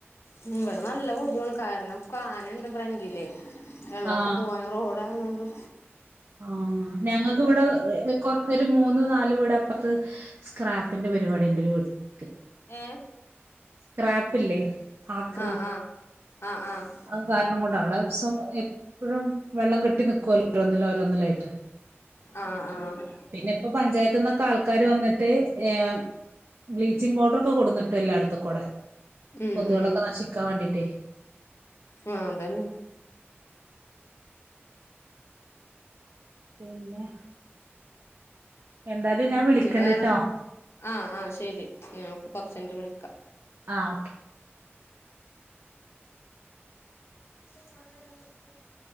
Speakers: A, on the left; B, on the right.
A: ഉം ഇവിടെ നല്ല കൊതു ആണ് കാരണം കാനണ്ട് ഫ്രണ്ടിലെ വെള്ളൊക്കെ
B: ആ
A: പോവാന് റോഡായോണ്ട്
B: ആഹ് ഞങ്ങക്ക് ഇവിടെ കൊ ഒരു മൂന്നു നാല് വീട് അപ്പറത്ത് സ്ക്രാപ്പിന്റെ പരിപാടി ണ്ട് ഒരു വീട്ടി <unintelligible>
A: ഏ
B: സ്ക്രാപ്പില്ലേ ആക്രി
A: ആഹ് ആഹ് ആഹ് ആഹ്
B: അത് കാരണം കൊണ്ട അവിടെ ദിവസം എപ്പോഴും വെള്ളം കെട്ടി നക്കുവല്ലോ റൊന്നില ഒരൊന്നിലയിട്ട
A: ആഹ് ആഹ്
B: പിന്നെ ഇപ്പ പഞ്ചായത്ത്ന്നൊക്കെ ആൾക്കാര് വന്നിട്ട് ഏഹ് ബ്ലീച്ചിങ് പൗഡർ ഒക്കെ കൊടുന്നിട്ട് എല്ലാടത്തും കൂടെ
A: ഉം
B: കൊതുകളൊക്കെ
A: ഉം
B: നശിക്കാൻ വേണ്ടീട്ടേ
A: ആഹ് അതന്നെ
B: പിന്നെ എന്തായാലും ഞാൻ വിളിക്കണ്ട്ട്ടോ
A: പിന്നെ വേറെ എന്താ ആഹ് ആഹ് ശെരി ഞാൻ കൊറച്ചഴിഞ്ഞിട്ട് വിളിക്കാം
B: ആഹ് ഓകെ
A: <inaudible>